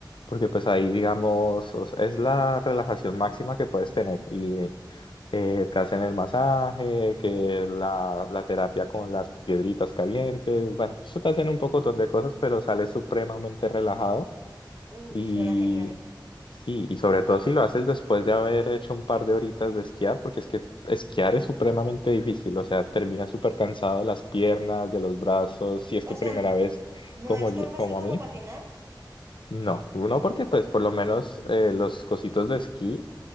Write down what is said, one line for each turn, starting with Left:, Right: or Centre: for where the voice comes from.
Left: Porque pues ahí, digamos, o sea, es la relajación máxima que puedes tener eh, te hacen el masaje, que la, la terapia con las piedritas calientes, bueno, eso te hacen un poco de cosas, pero sales supremamente relajado
Right: uy,
Left: y
Right: suena genial.
Left: sí, y sobre todo si lo haces después de haber hecho un par de horitas de esquiar, porque es que esquiar es supremamente difícil, o sea, terminas súper cansado de las piernas, de los brazos, si es
Right: O
Left: tu
Right: sea,
Left: primera
Right: n-
Left: vez
Right: no
Left: como
Right: es
Left: yo-
Right: tan fácil
Left: como
Right: como
Left: a mí.
Right: patinar,
Left: No, uno porque pues por lo menos eh, los cositos de esquí